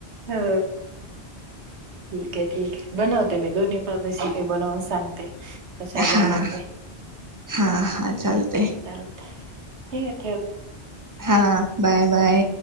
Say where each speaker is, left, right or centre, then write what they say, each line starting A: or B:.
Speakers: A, on the right; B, on the right.
A: अ ठीक आहे ठीक आहे बनवते मी दोन्ही प रेसिपी बनवून सांगते. कश्या
B: हा
A: झाल्या ते
B: हा हा चालतंय.
A: ठीक आहे चालतय. ठीकय.
B: हा. Bye bye.